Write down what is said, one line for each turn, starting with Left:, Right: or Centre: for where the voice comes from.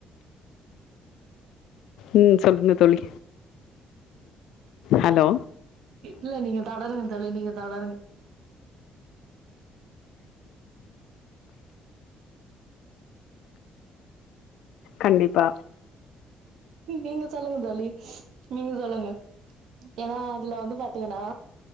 Left: ம் சொல்லுங்க தோழி ஹலோ
Right: இல்ல நீங்க தொடருங்க தோழி நீங்க தொடருங்
Left: கண்டிப்பா
Right: நீங்க சொல்லுங்க தோழி நீங்க சொல்லுங்க ஏனா அதுல வந்து பாத்திங்கன்னா